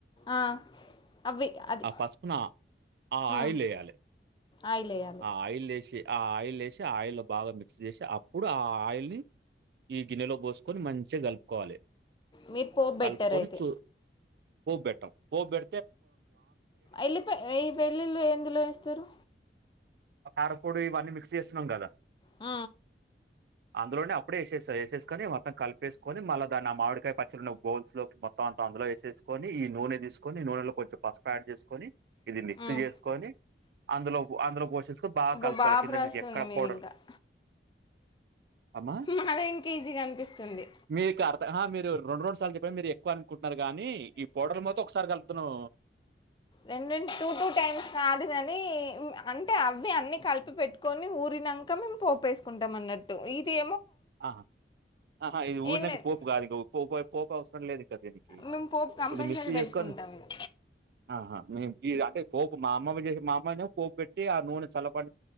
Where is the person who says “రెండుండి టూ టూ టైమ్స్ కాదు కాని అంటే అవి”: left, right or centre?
Left